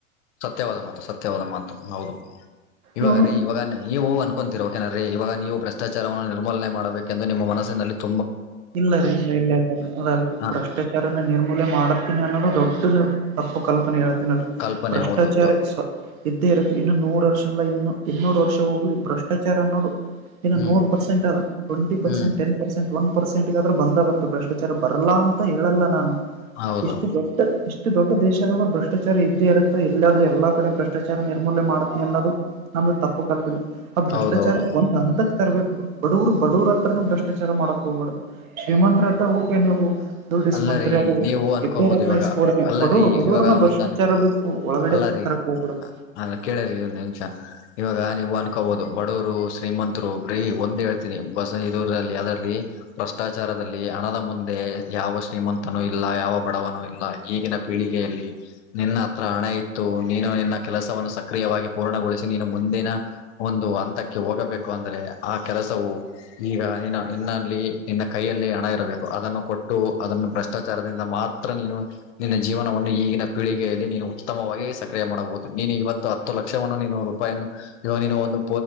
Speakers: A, on the left; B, on the right.
A: ಸತ್ಯವಾದ ಮಾತು ಸತ್ಯವಾದ ಮಾತು ಹೌದು. ಇವಾಗ
B: ಹೌನು
A: ರೀ ಇವಾಗ ನೀವು ಅನ್ಕೊಂತೀರಾ ಓಕೇನೀ ಇವಾಗ ನೀವು ಭ್ರಷ್ಟಾಚಾರವನ್ನು ನಿರ್ಮೂನೆ ಮಾಡ್ಬೇಕು. ಎಂದು ನಿಮ್ಮ ಮನಸಿನಲ್ಲಿತ್
B: ಇಲ್ಲ ರೀ ಇಲ್ಲ ಇಲ್ಲ ಇಲ್ಲ ಅದಲ್
A: ಹ
B: ಭ್ರಷ್ಟಾಚಾರನ ನಿರ್ಮೂಲೆ ಮಾಡತೀನಿ ಅನ್ನೋದು ದೊಡ್ಡದ್ ತಪ್ಪು ಕಲ್ಪನೆ ಹೇಳ್ತೇನಲ್
A: ಕಲ್ಪನೆ
B: ಭ್ರಷ್ಟಾಚಾರ
A: ಹೌದುದ್ದು
B: ಇದ್ದೇ ಇರತ್ತೆ ಇನ್ನು ನೋಡಿ <unintelligible> ವರ್ಷ ಅಲ್ಲ ಇನ್ನು ಇನ್ನೂರು ವರ್ಷ ಹೋಗ್ಲಿ ಭ್ರಷ್ಟಾಚಾರ ಅನ್ನೋದು. ಇನ್ನು
A: ಹ್ಮ್
B: ನೂರ್ ಪರ್ಸೆಂಟ್ ಅದ ಟ್ವೆಂಟಿ ಪರ್ಸೆಂಟ್
A: ಹ್ಮ್
B: ಟೆನ್ ಪರ್ಸೆಂಟ್ ಒನ್ <unintelligible> ಬಂದ ಬರ್ಥದ ಭ್ರಷ್ಟಾಚಾರ ಬರಲ್ಲಾ ಅಂತ ಹೇಳಲ್ಲ ನಾನು
A: ಹೌದು
B: ಇಷ್ಟು ದೊಡ್ಡ ಇಷ್ಟು. ದೊಡ್ಡ ದೇಶದಲ್ಲ ಭ್ರಷ್ಟಾಚಾರ ಇದ್ದೇ ಇರುತ್ತೆ ಇಲ್ಲಾದ್ರೂ ಎಲ್ಲಾ ಕಡೆ ಭ್ರಷ್ಟಾಚಾರ ನಿರ್ಮೂಲ ಮಾಡ್ತನಿ ಅನ್ನೋದು ನಮ್ ತಪ್ಪು ಕಲ್ಕನೆ ಆ ಭ್ರಷ್ಟಾಚಾರ
A: ಹೌದೌದು
B: ಒಂದ್ ಹಂತಕ್ ತರಬೇಕು ಬಡವರು ಬಡವ್ರ ಹತ್ರನು ಭ್ರಷ್ಟಾಚಾರ ಮಾಡಕ್ ಹೋಗ್ಬಾರ್ದು. ಶ್ರೀಮಂತ್ರತ ಓಕೆ ನೀವು. ದಡ್ ಇಸ್ಕೊಂತಿರೋದು
A: ಅಲ್ಲರಿ
B: <unintelligible> ಅ
A: ನೀವು ಅನ್ಕೋಬಹುದು
B: ಇದ್ದರ ಹತ್ರಕೋ
A: ಇವಾಗ ಅಲ್ಲರಿ
B: ಬಡೂರು ಬಡೂರ್ನ
A: ಇವಾಗ
B: ಭ್ರಷ್ಟಾಚಾರದಕ್ಕೂ
A: ಒಂದ್ ಅನ್
B: ಒಳಗಡೆ
A: ಅಲ್ಲ ರೀ
B: ತರಕ್
A: ಅಲ್ಲ
B: ಹೋಗ್ಬಾರ್ದು
A: ಕೇಳರಿ ಒಂದು ನಿಮಿಷ ಇವಾಗ ನೀವು ಅನ್ಕೋಬಹುದು ಬಡವರು. ಶ್ರೀಮಂತರು ಒಂದ ಹೇಳ್ತನಿ ಬ ದೂರದಲ್ಲಿ ಅದರಲ್ಲಿ ಭ್ರಷ್ಟಾಚಾರದಲ್ಲಿ ಹಣದ ಮುಂದೆ ಯಾವ ಶ್ರೀಮಂತನು ಇಲ್ಲ ಯಾವ ಬಡವನು ಇಲ್ಲ ಈಗಿನ ಪೀಳಿಗೆಯಲ್ಲಿ ನಿನ್ನ ಹತ್ರ ಹಣ ಇತ್ತು. ನೀನು ನಿನ್ನ ಕೆಲಸವನ್ನು ಸಕ್ರಿಯವಾಗಿ ಪೂರ್ಣಗೊಳಿಸಿ ನೀನು ಮುಂದಿನ ಒಂದು ಹಂತಕ್ಕೆ ಹೋಗಬೇಕು ಅಂತ್ ಆದ್ರೆ ಆ ಕೆಲಸವು ಈಗ ನಿನ್ನ ನಿನ್ನಲ್ಲಿ ನಿನ್ನ ಕೈಯಲ್ಲಿ ಹಣ ಇರಬೇಕು ಅದನ್ನು ಕೊಟ್ ಅದನ್ನು ಭ್ರಷ್ಟಾಚಾರದಿಂದ ಮಾತ್ರ ನೀನು ನಿನ್ನ ಜೀವನವನ್ನು ಈಗಿನ ಪೀಳಿಗೆಯಲ್ಲಿ ನೀನು ಉತ್ತಮವಾಗಿ ಸಕ್ರಿಯ ಮಾಡುವುದು ನೀನು ಇವತ್ತು ಹತ್ತು ಲಕ್ಷವನ್ನು ನೀನು ರೂಪಾಯನ್ನು ಇವಗ ನೀನು ಒಂದು